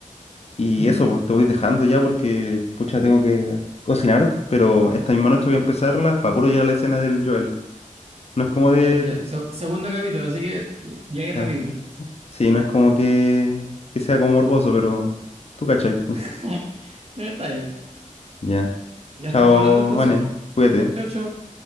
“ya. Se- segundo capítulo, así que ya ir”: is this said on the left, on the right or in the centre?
Right